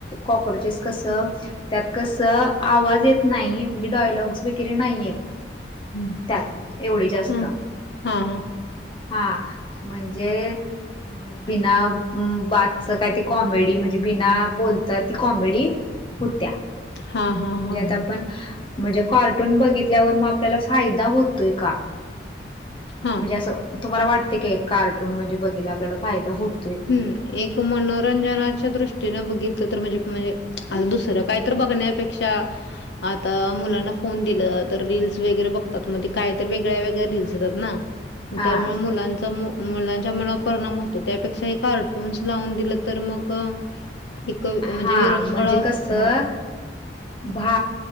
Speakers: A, on the left; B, on the left.
A: कॉक्रोचेस कसं <unintelligible> त्यात कसं आवाज येत नाही म्हणजे डायलॉग्स वगैरे नाही आहेत <unintelligible>
B: हम्म
A: त्यात एवढी जास्त
B: हम्म हा हा
A: हा म्हणजे हम्म <unintelligible> बिना बातच काय ते कॉमेडी म्हणजे बिना बोलतात ती कॉमेडी <unintelligible> होत्या म्हणजेत
B: हा हा हा हा
A: आपण <unintelligible> म्हणजे कार्टून बघितल्यावर मग आपल्याला फायदा होतोय का
B: हा
A: म्हणजे असं तुम्हाला वाटते काय एक कार्टून म्हणजे बघितले आपल्याला फायदा होत <unintelligible>
B: हम्म <unintelligible> एक मनोरंजनाच्या दृष्टीने बघितलं तर म्हणजे म्हणजे आ दुसरं काय तर बघण्यापेक्षा आता मुलांना फोन दिलं तर रीलस वगैरे बघतात मणे काय तर वेगळ्या वेगळ्या रीलस येतात ना
A: हा
B: त्यामुळे मुलांचा मुलांच्या मनावर परिणाम होतो त्यापेक्षा <unintelligible> कार्टून्स लावून दिलं तर मग एक म्हणजे
A: हा
B: विरंगळा
A: म्हणजे कसं
B: <unintelligible>
A: भा